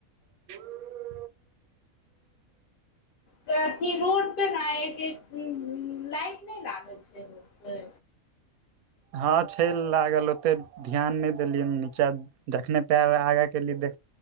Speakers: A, on the right; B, on the left.
A: <inaudible>
B: तऽ अथी रोड पे <unintelligible> ने एक लाइट नय लागल छै रोड पे
A: हँ छै लागल ओते ध्यान नय देलियै नीचा जखने पैर आगाँ केलियै देख